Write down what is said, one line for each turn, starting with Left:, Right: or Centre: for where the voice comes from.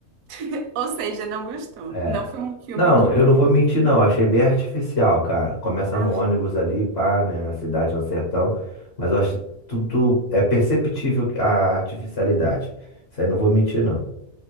Right: <laughs> Ou seja, não gostou.
Left: É.
Right: Não foi um filme
Left: Não,
Right: que
Left: eu
Right: pegou.
Left: não vou mentir, não. Achei bem artificial, cara. Começa
Right: Ah,
Left: no ônibus
Right: sim.
Left: ali, pá, né? Na cidade, no sertão. Mas eu acho tudo. É perceptível a artificialidade. Isso aí não vou mentir, não.